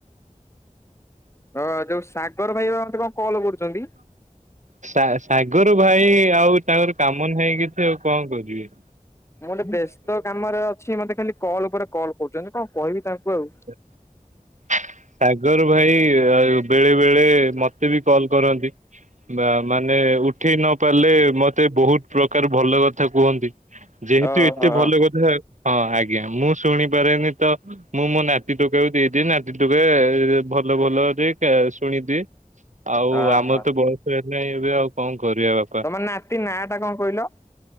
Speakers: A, on the left; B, on the right.
A: ହଁ ଯୋଉ ସାଗର ଭାଇବା ମତେ କଣ କଲ୍ କରୁଛନ୍ତି।
B: ସା ସାଗର ଭାଇ ଆଉ ତାଙ୍କର କାମ ନାହିଁ କିଛି ଆଉ କଣ କରିବା।
A: ମୁଁ ଗୋଟେ ବ୍ୟସ୍ତ କାମରେ ଅଛି ମତେ ଖାଲି କଲ୍ ଉପରେ କଲ୍ କରୁଛନ୍ତି କଣ କହିବି ତାଙ୍କୁ ଆଉ।
B: ହଁ ସାଗର ଭାଇ ବେଳେ ବେଳେ ମତେ ବି କଲ୍ କରନ୍ତି। ବା ମାନେ ଉଠେଇ ନ ପାରିଲେ ମତେ ବହୁତ୍ ପ୍ରକାର ଭଲ କଥା କୁହନ୍ତି ଯେହେତୁ
A: ଓହୋ
B: ଏତେ ଭଲ କଥା ହଁ ଆଜ୍ଞା ମୁଁ ଶୁଣିପାରେନି ତ ମୁଁ ମୋ ନାତି ଟୋକାକୁ ଦେଇଦିଏ ନାତି ଟୋକ ଭଲ ଭଲରେ ଶୁଣିଦିଏ। ଆଉ
A: ଓହୋ
B: ଆମର ତ ବୟସ ହେଲାହିଁ ଏବେ ଆଉ କଣ କରିବା ବାପ।
A: ତମ ନାତି ନାଁ ଟା କଣ କହିଲ?